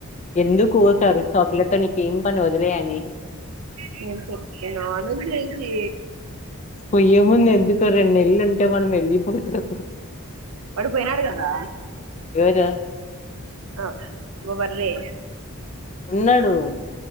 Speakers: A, on the left (about 30°); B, on the right (about 70°).
A: ఎందుకు ఊక అరుస్తావు ఆ పిల్లతో నీకేం పని వదిలేయని
B: నేను చెప్పినాను చేసి
A: పొయ్యేముంది ఎందుకు రెండు నేలలుంటే మనం వెళ్ళిపోతాం
B: పడి పోయినారు కదా
A: ఎవరు?
B: హ నువ్వు పడలే
A: ఉన్నాడు